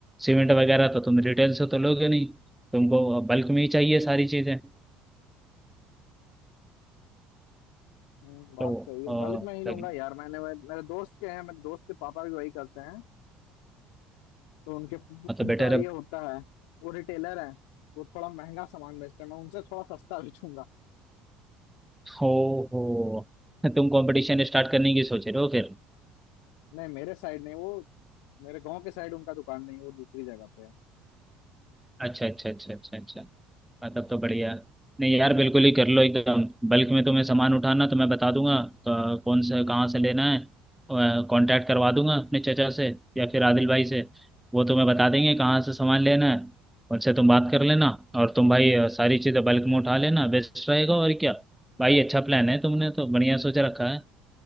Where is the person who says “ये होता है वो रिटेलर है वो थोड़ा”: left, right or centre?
Left